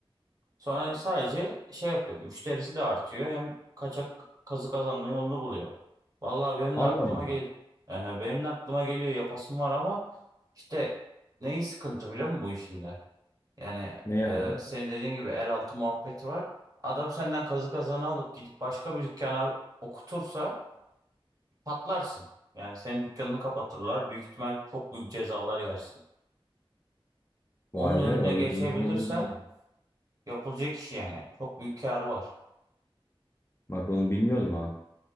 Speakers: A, on the right (about 40°); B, on the left (about 25°).
A: Sonra sadece şey yapıyor. Müşterisi de artıyor. Hem kaçak kazık kazanma yolunu buluyor. Vallahi benim
B: Allah
A: de aklıma
B: Allah.
A: gel Ehe, benim de aklıma geliyor yapasım var ama işte neyi sıkıntı biliyor musun bu işinde? Yani
B: Ne ya
A: e,
B: abi?
A: senin dediğin gibi el altı muhabbeti var. Adam senden kazı kazanı alıp gidip başka bir dükkana okutursa patlarsın. Yani senin dükkanını kapatırlar. Büyük ihtimal çok büyük cezalar yersin. Onun
B: Vay
A: önüne
B: be öyle
A: geçebilirsen
B: durumda olduğunu bilmiyorum.
A: yapılacak iş yani. Çok büyük karı var.
B: Bak onu bilmiyordum ha.